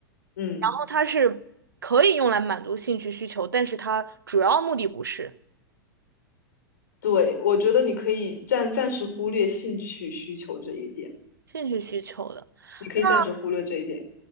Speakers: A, on the left; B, on the right.
A: 嗯，
B: 然后它是可以用来满足兴趣需求，但是它主要目的不是
A: 对，我觉得你可以暂暂时忽略兴趣需求这一点，
B: 兴趣需求的。
A: 你可以暂时忽略这一点。
B: 那